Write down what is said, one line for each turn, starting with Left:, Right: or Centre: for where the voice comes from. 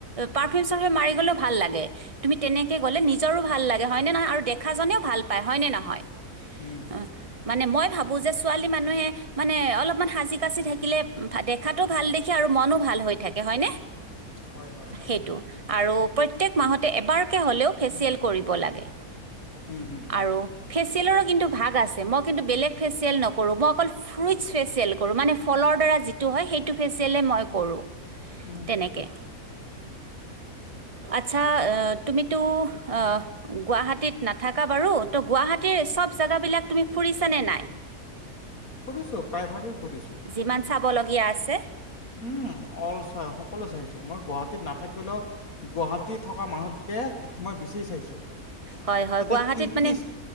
Right: পাৰফিউম চাৰফিউ মাৰি গ'লেও ভাল লাগে। তুমি তেনেকে গ'লে নিজৰো ভাল লাগে হয় নে নহয় আৰু দেখাজনেও ভাল পায় হয় নে নহয়?
Left: উম,
Right: অ মানে মই ভাবো যে ছোৱালী মানুহে মানে অলপমান সাজি কাচি থাকিলে দেখাটো ভাল দেখ আৰু মনো ভাল হৈ থাকে হয়নে?
Left: হয় হয় হয়
Right: সেইটো আৰু প্ৰত্যয়েক মাহতে এবাৰকে হ'লেও ফেচিয়েল কৰিব লাগে
Left: উম, হুম, হুম,
Right: আৰু ফেচিয়েলৰো কিন্তু ভাগ আছে মই কিন্তু বেলেগ ফেচিয়েল নকৰোঁ মই অকল ফ্ৰুট-ফেচিয়েল কৰো ফলৰ দ্বাৰা যিত টো হয় সেইটো ফেচিয়লে মই কৰো,
Left: উম।
Right: তেনেকে। আচ্ছা, আহ, তুমিতো, আহ, গুৱাহাটীত নাথাকা বাৰু ত' গুৱাহাটীৰ চব জোগাবিলাক তুমি ফুৰিছা নে নাই?
Left: ফুৰিছোঁ, প্ৰায় ভাগেই ফুৰিছোঁ।
Right: যিমান চাবলগীয়া আছে
Left: উম, অ'ল চাই সকলো চাইছো, মই গুৱাহাটীত নাথাকিলেওঁ গুৱাহাটী থকা মানুহকে, মই বেছি চাইছোঁ।
Right: হয় হয়,
Left: তাতে
Right: গুৱাহাটীত
Left: কি
Right: মানে
Left: কি